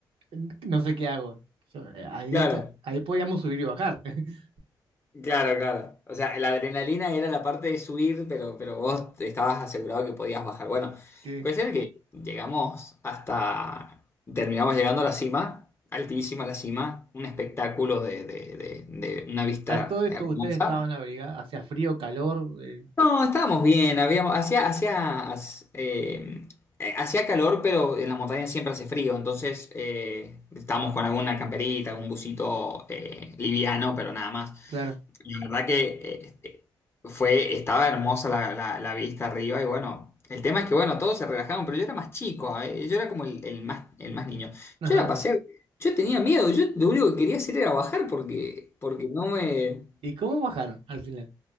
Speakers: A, on the right; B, on the left.
A: "N- no sé qué hago. Yo, eh, ahí
B: Claro.
A: está, ahí podíamos subir y bajar. <laughs>
B: Claro, claro. O sea, la adrenalina era la parte de subir, pero, pero vos estabas asegurado que podías bajar. Bueno,
A: Sí.
B: cuestión es que llegamos hasta, terminamos llegando a la cima, altísima la cima, un espectáculo de, de- de- de una vista
A: A todo esto
B: hermosa.
A: ustedes estaban abrigados, hacía frío, calor, eh,
B: No, estábamos bien, habíamos, hacía, hacía, as- eh, eh, hacía calor, pero en la montaña siempre hace frío, entonces eh, estábamos con alguna camperita, algún busito eh, liviano, pero nada más.
A: claro.
B: La verdad que este, fue, estaba hermosa la, la- la vista arriba y bueno, el tema es que bueno, todos se relajaron, pero yo era más chico, ¿eh? Yo era como el, el más, el más niño.
A: Ajá.
B: Yo la pasé, yo tenía miedo, yo lo único que quería hacer era bajar porque, porque no me...
A: ¿Y cómo bajaron al final?